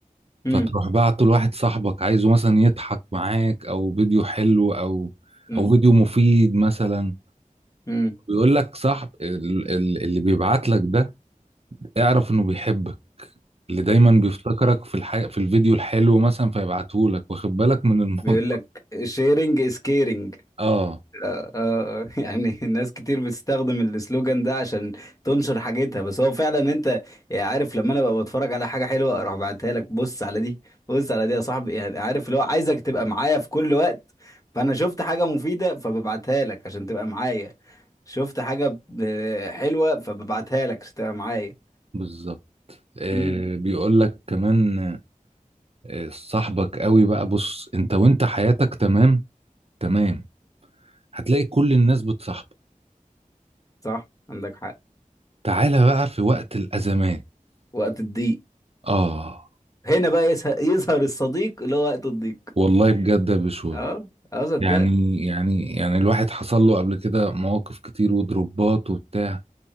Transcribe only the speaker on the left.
امم
امم
امم.
بيقول لك شيرنج از كيرنج
<laughs> يعني ناس كتير بتستخدم السلوجان ده عشان تنشر حاجتها بس هو فعلا انت يعني عارف لما انا ببقى بتفرج على حاجه حلوه اروح بعتها لك بص على دي بص على دي يا صاحبي يعني عارف اللي هو عايزك تبقى معايا في كل وقت فانا شفت حاجه مفيده فببعتها لك عشان تبقى معايا شفت حاجه آه، حلوه فببعتها لك عشان تبقى معايا
امم
صح عندك حق
وقت الضيق
هنا بقى يسه- يظهر الصديق اللي هو وقت الضيق
اه اه صدقني